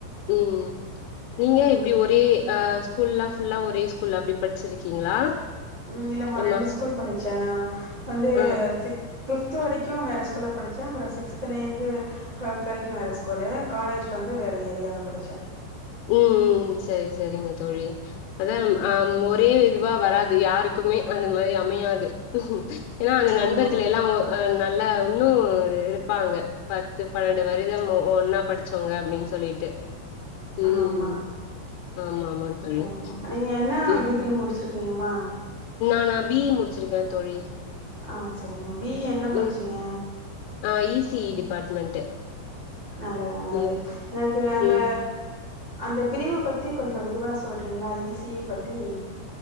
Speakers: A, on the left; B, on the right.
A: உம் நீங்க
B: ம்
A: இப்டி ஒரே ஆ ஸ்கூல்ல ஃபுல்லா ஒரே ஸ்கூல் அப்டி படிச்சிருக்கீங்களா
B: உம் இல்லமா
A: ஆமா
B: ரெண்டு ஸ்கூல் படிச்ச நா வந்து
A: ஆ
B: சிக்ஸ் ஃபிஃப்த் வரைக்கு வேற ஸ்கூல்ல படிச்ச அப்பற சிக்ஸ்த்திலேருந்து டுவல்த் வரைக்கு வேற ஸ்கூலு காலேஜ் இப்ப வந்து வேறு ஏரியால படிச்ச
A: உம் சேரி சேரிங்க தோழி அதான்
B: ம்
A: அம் ஒர் ஒரே இதுவா வராது யாருக்குமே அந்த மாரி அமையாது ஏன்னா அந்த
B: ஆமா
A: நண்பர்கள் எல்லா அ நல்லா இன்னு இருப்பாங்க பத்து பன்னெண்டு வரிதம் ஒ ஒன்னா படிச்சவங்க அப்டினு சொல்லிட்டு உம்
B: ஆமா
A: உம் ஆமா ஆமா தோழி
B: சரிம்மா நீங்க என்னா
A: ம்
B: டிகிரி முடிச்சிருக்கீங்கம்மா
A: நானா பிஇ முடிச்சிருக்க தோழி
B: ஆ சரிம்மா பிஇ என்ன படிச்சீங்க
A: ம் ஆ இசிஇ டிபார்ட்மெண்ட்டு
B: நல்லது நல்லது
A: ம்
B: எனக்கு அந்த
A: ம்
B: அந்த பிரிவு பத்தி கொஞ்ச விரிவா சொல்றீங்களா இசிஇ பத்தி